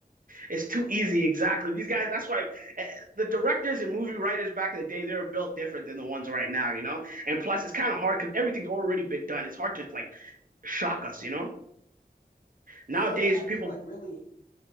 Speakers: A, on the right; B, on the left.
A: It's too easy. Exactly. These guys, that's why eh, the directors and movie writers back in the day, they were built different than the ones right now, you know? And plus, it's kind of hard because everything's already been done. It's hard to like shock us, you know? Nowadays,
B: Yeah, yeah, and I
A: people,
B: think like really